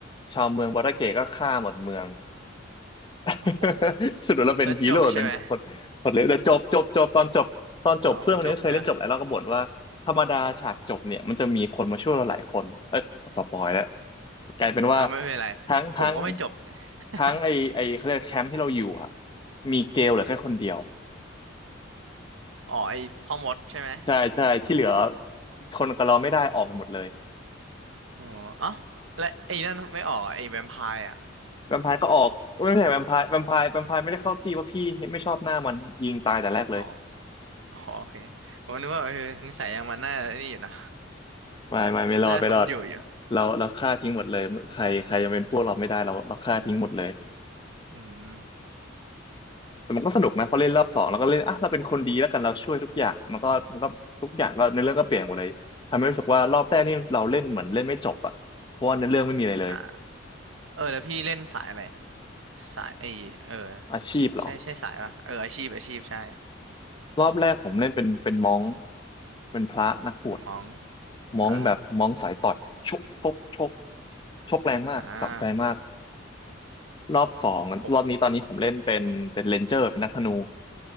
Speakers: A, on the left; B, on the right.
A: ชาวเมืองบาราเกะก็ฆ่าหมดเมือง <laughs>
B: โอ้โห
A: สุดท้ายเราเป็นฮีโร่เป็นคนคนเล็กแต่จบจบจบตอนจบตอนจบเพื่อนคนนี้เคยเล่นจบหลายรอบก็บ่นว่าธรรมดาฉากจบเนี่ยมันจะมีคนมาช่วยเราหลายคนเอ้ยสปอยแล้ว
B: แล้วจบใช่ไหมอ๋อมันจบใช่ไหม
A: กลายเป็นว่า
B: อ่าไม่เป็นไรผมก็ไม่จบ
A: ทั้งทั้ง
B: <laughs>
A: ทั้งไอไอเขาเรียกแคมป์ที่เราอยู่อะมีเกลเหลือแค่คนเดียว <laughs>
B: อ๋อไอ้พ่อมดใช่ไหม
A: ใช่ใช่ที่เหลือทนกับเราไม่ได้ออกไปหมดเลย
B: อ๋อเอ้าและไอ้นั่นไม่ออกไอ้แวมไพร์อ่ะ
A: แวมไพร์ก็ออกไม่ใช่แวมไพร์แวมไพร์แวมไพร์ไม่ได้เข้าตีว่าพี่ไม่ชอบหน้ามันยิงตายแต่แรกเลย
B: อ๋ออ๋อโอเคผมนึกว่าเออนิสัยอย่างมันน่าไอ้นี่อยู่นะ
A: ไม่ไม่ไม่รอดไม่รอด
B: <laughs> น่าทนอยู่อยู่
A: เราเราฆ่าทิ้งหมดเลยใครใครยังเป็นพวกเราไม่ได้เราเราฆ่าทิ้งหมดเลย
B: อืม
A: แต่มันก็สนุกนะพอเล่นรอบสองเราก็เล่นอ่ะเราเป็นคนดีแล้วกันเราช่วยทุกอย่างมันก็มันก็ทุกอย่างก็เนื้อเรื่องก็เปลี่ยนหมดเลยทำให้รู้สึกว่ารอบแรกนี่เราเล่นเหมือนเล่นไม่จบอ่ะเพราะว่าเนื้อเรื่องไม่มีอะไรเลย
B: อ่าเออแล้วพี่เล่นสายอะไรสายไอเออ
A: อาชีพเหรอ
B: ใช่ใช่สายปะเอออาชีพอาชีพใช่
A: รอบแรกผมเล่นเป็นเป็นม้องเป็นพระนักบวช
B: มอง
A: ม้องแบบม้องสายต่อนชกชกชก
B: อ่า
A: ชกแรงมากสะใจมาก
B: อ่า
A: รอบสองรอบนี้ตอนนี้ผมเล่นเป็นเป็นเรนเจอร์เป็นนักธนู
B: ผม